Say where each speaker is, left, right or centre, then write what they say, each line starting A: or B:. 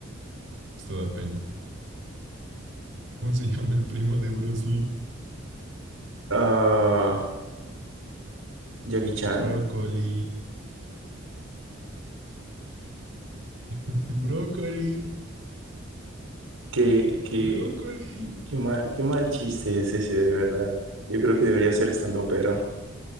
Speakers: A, on the right; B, on the right.
A: esto da pena. ¿Cómo se llama el primo de Bruce Lee?
B: Ah, Jackie Chan.
A: Brócoli. <laughs> Brócoli.
B: ¿Qué, qué,
A: Brócoli.
B: Qué mal, qué mal chiste es ese, de verdad. Yo creo que debería ser estando, pero.